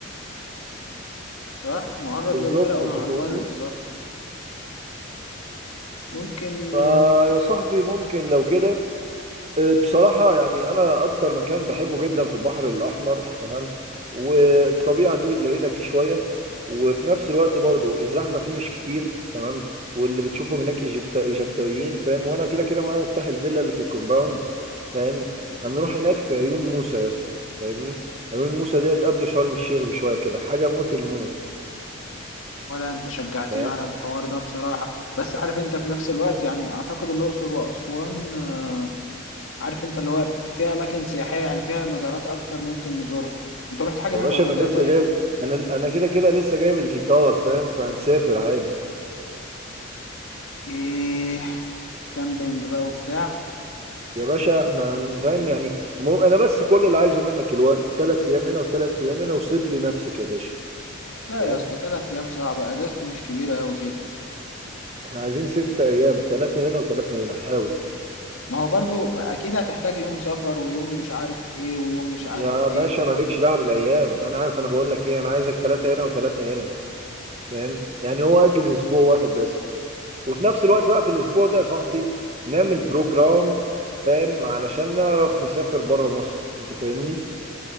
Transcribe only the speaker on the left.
صح معرض
للغرق وانا
على
البر بالظبط ممكن
ولا انت شجعتني
على الحوار ده بصراحة بس عارف انت في نفس الوقت يعني اعتقد الاقصر واسوان آه، عارف انت اللي هو فيها اماكن سياحية يعني فيها مزارات اكتر ممكن نزورها انت رحت حاجة
منهم
قبل
كده
طيب
ايه كامبينج بقى وبتاع
لا
يا اسطى تلات ايام صعبة اجازتي مش كبيرة اوي كده
ما هو برضو اكيد هتحتاج يوم سفر ويوم مش عارف ايه ويوم مش عارف
ايه